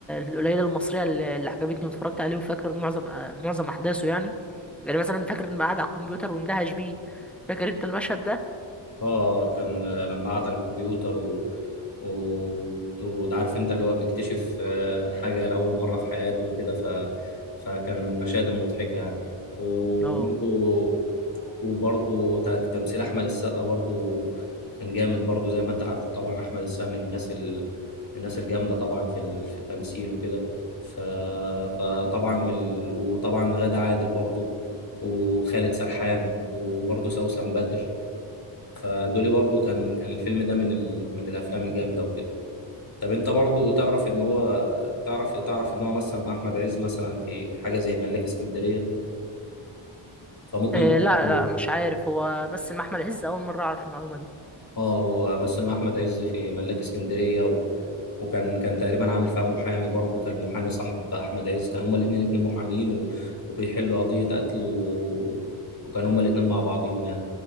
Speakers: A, in the centre; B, on the left (about 45°).
A: القليله المصريه اللي اللي عجبتني واتفرجت عليه وفاكر معظم آه، معظم احداثه يعني يعني مثلا فاكر اني قاعد على الكمبيوتر واندهش بيه فاكر انت المشهد ده
B: اه كان آه، لما قعد على الكمبيوتر و... و... وعارف انت اللي هو بيكتشف آه، حاجة لأول مرة في حياته وكده ف... فكان مشاهد مضحكة يعني وبرضه
A: اه
B: وبرضه ت- تمثيل أحمد السقا برضه كان جامد برضه زي ما أنت عارفه طبعا أحمد السقا من الناس ال... الناس الجامدة طبعا في ال... في التمثيل وكده ف... فطبعا من ال... وطبعا غادة عادل برضه وخالد سرحان وبرضه سوسن بدر فدولي برضو كان كان الفيلم ده من ال... من الافلام الجامده وكده طب انت برضو تعرف ان هو تعرف تعرف ان هو مثل مع احمد عز مثلا في حاجه زي ملاك اسكندريه فممكن
A: إيه
B: برضو
A: لا لا مش عارف هو بس مع احمد عز اول مره اعرف المعلومه دي
B: اه هو مثل مع احمد عز في ملاك اسكندريه و... وكان كان تقريبا عامل فيها محامي برضو كان محامي صاحب احمد عز كان هما الاثنين اتنين محامين و... وبيحلوا قضيه قتل و... وكان هما الاثنين مع بعضيهم يعني